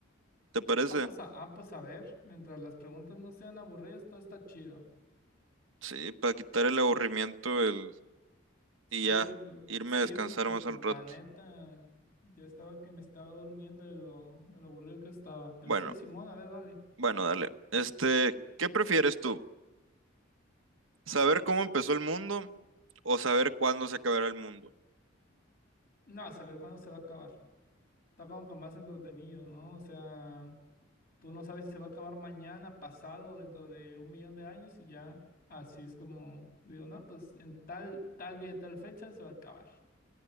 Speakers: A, on the right; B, on the left.
A: ¿Te parece?
B: Ah, pues a, ah, pues a ver, mientras las preguntas no sean aburridas, todo está chido.
A: Sí, para quitar el aburrimiento el,
B: Sí,
A: y ya,
B: güey, por-
A: irme
B: sí,
A: a descansar
B: porque
A: más
B: pues
A: al
B: la
A: rato.
B: neta, ya estaba que me estaba durmiendo de lo, de lo aburrido que estaba. Pero
A: Bueno,
B: sí, Simón, a ver, dale.
A: bueno, dale. Este, ¿qué prefieres tú? ¿Saber cómo empezó el mundo o saber cuándo se acabará el mundo?
B: No, a saber cuándo se va a acabar. Está como que más entretenido, ¿no? O sea. Tú no sabes si se va a acabar mañana, pasado, dentro de un millón de años y ya así es como digo, no, pues en tal, tal día, tal fecha se va a acabar.